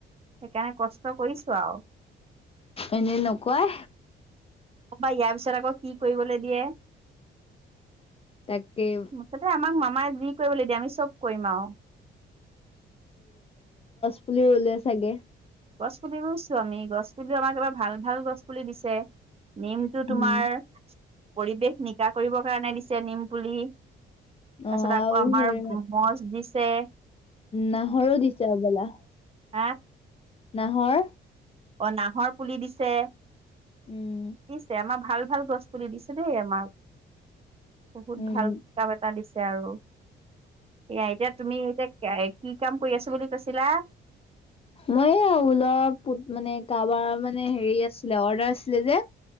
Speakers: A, on the right; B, on the left.
A: সেইকাৰণে কষ্ট কৰিছো আৰু
B: এনেই নকয়
A: অ বা ইয়াৰ পিছত আকৌ কি কৰিবলৈ দিয়ে
B: তাকেই
A: মুঠতে আমাক মামাই কি কৰিবলৈ দিয়া আমি চব কৰিম আৰু
B: বুলিুলি ওলে চাগে
A: গছ পুলি ৰুইছো আমি গছ পুলিও আমাক এবাৰ ভাল ভাল গছ পুলি দিছে নেমটো
B: উম
A: তোমাৰ পৰিৱেশ নিকা কৰিবৰ কাৰণে দিছে নিম পুলি তাৰ
B: অ
A: পিছত
B: আৰু
A: আকৌ আমাৰ
B: সেই
A: মজ দি <inaudible>
B: নাহৰো দিছে অবলা
A: হা
B: নাহৰ
A: অ নাহৰ পুলি দিছে
B: উম
A: নিশ্চয় আম ভাল ভাল গছ পুলি দিছে দেই আমাক বহুত
B: উম
A: ভাল কাম এটা দি আৰু সয়া এতিয়া তুমি এতিয়া কি কাম কৰি আছো বুলি কৈছিলা
B: মই অলপ মানে কাৰাবাৰ মানে হেৰি আছিলে অৰ্ডাৰ আছিলে যে